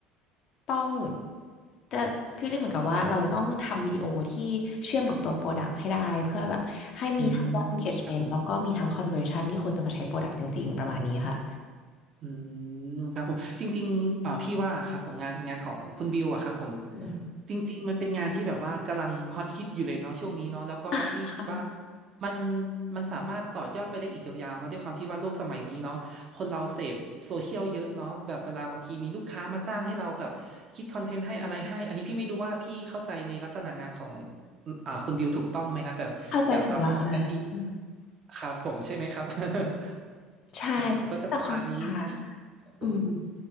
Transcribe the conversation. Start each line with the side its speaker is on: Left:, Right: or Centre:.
Left: ต้องจะฟีลลิ่งเหมือนกับว่าเราจะต้องทำวิดีโอที่เชื่อมกับตัวโปรดักต์ให้ได้เพื่อแบบให้มีทั้งยอด
Right: อืม
Left: engagement
Right: ครับผม
Left: แล้วก็มีทั้ง conversion ที่คนจะมาใช้โปรดักต์จริงๆ ประมาณนี้ค่ะ
Right: อืมครับผมจริงๆเอ่าพี่ว่าครับผมงานงานของคุณบิวอะครับผม
Left: อืม
Right: จริงๆมันเป็นงานที่แบบว่ากำลังฮอตฮิตอยู่เลยเนาะช่วงนี้เนาะแล้วก็พี่คิดว่า
Left: อ่ะค่ะ
Right: มันมันสามารถต่อยอดไปได้อีกยาวๆเนาะด้วยความที่ว่าโลกสมัยนี้เนาะคนเราเสพโซเชียลเยอะเนาะแบบเวลาบางทีมีลูกค้ามาจ้างให้เราแบบคิดคอนเทนต์ให้อะไรให้อันนี้พี่ไม่รู้ว่าพี่เข้าใจในลักษณะงานของอ่าคุณบิวถูกต้องไหมนะแต่แต่ตามความเข้าใจพี่
Left: เข้าใจถูกแล้วค่ะอืม
Right: ครับผมใช่ไหมครับ <laughs>
Left: ใช่
Right: ครับผมก็จะประมาณนี้พี่ครับผม
Left: แต่ความค่าง อืม